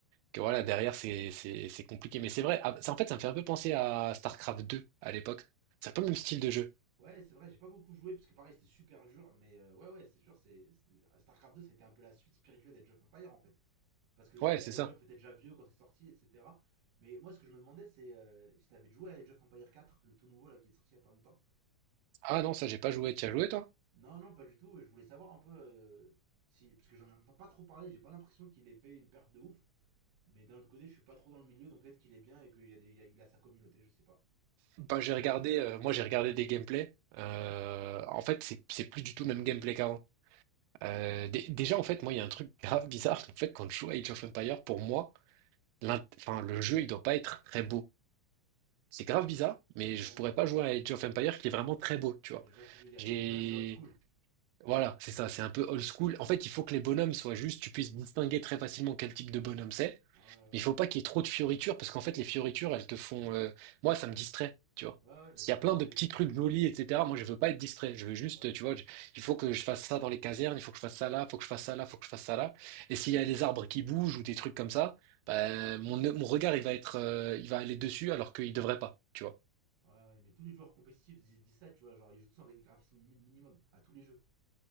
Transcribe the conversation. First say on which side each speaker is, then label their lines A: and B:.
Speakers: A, on the right (about 85°); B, on the right (about 70°).
A: que voilà, derrière c'est c'est c'est compliqué. Mais c'est vrai, ah, ça, en fait, ça me fait un peu penser à StarCraft 2 à l'époque. C'est un peu le même style de jeu.
B: Ouais, c'est vrai, j'ai pas beaucoup joué parce que pareil, c'était super dur, mais euh, ouais, ouais, c'est sûr, c'est c'est- StarCraft deux, ça a été un peu la suite spirituelle d'Age of Empire en fait. Parce que euh,
A: Ouais, c'est
B: Age
A: ça.
B: of était déjà vieux quand c'est sorti, etc. Mais moi, ce que je me demandais, c'est euh, si t'avais joué à Age of Empire quatre, le tout nouveau là qui est sorti il y a pas longtemps.
A: Ah non, ça j'ai pas joué, t'y as joué toi?
B: Non, non, pas du tout, je voulais savoir un peu euh, si. Parce que j'en entends pas trop parler, j'ai pas l'impression qu'il ait fait une perf de ouf. Mais d'un autre côté, je suis pas trop dans le milieu, donc peut-être qu'il est bien et qu'il y a des- il y a- il a sa communauté, je sais pas.
A: Bah j'ai regardé, euh, moi j'ai regardé des gameplays. Euh,
B: Ouais.
A: en fait, c'est c'est plus du tout le même gameplay qu'avant. Euh, dé- déjà en fait, moi il y a un truc <laughs> grave bizarre. En fait, quand je joue à Age of Empires, pour moi, l'int- enfin le jeu il doit pas être très beau. C'est grave bizarre, mais
B: Ouais,
A: je
B: ouais,
A: pourrais pas jouer à Age of Empires qui est vraiment très beau, tu vois.
B: ouais. Je vois ce que je veux dire.
A: J'ai
B: Age of Empire, c'est old school.
A: Voilà, c'est ça, c'est un peu old school.
B: Ouais,
A: En fait,
B: bien
A: il faut
B: sûr.
A: que les bonhommes soient justes, tu puisses distinguer très facilement quel type de bonhomme c'est.
B: Ouais, ouais.
A: Mais
B: ouais.
A: il faut pas qu'il y ait trop de fioritures, parce qu'en fait, les fioritures, elles te font... euh, Moi, ça me distrait, tu vois.
B: Ouais, ouais, bah
A: S'il
B: c'est
A: y a
B: tout.
A: plein
B: j'ai-
A: de petits trucs jolis, etc., moi, je veux pas être distrait. Je veux juste,
B: Ouais.
A: tu vois, je- il faut que je fasse ça dans les casernes, il faut que je fasse ça là, il faut que je fasse ça là, il faut que je fasse ça là. Et s'il y a des arbres qui bougent ou des trucs comme ça, ben, mon, mon regard, il va être, euh, il va aller dessus alors qu'il devrait pas, tu vois.
B: ouais, ouais, mais tous les joueurs compétitifs disent, disent ça, tu vois. Genre, ils jouent tous avec des graphismes mini- minimum à tous les jeux,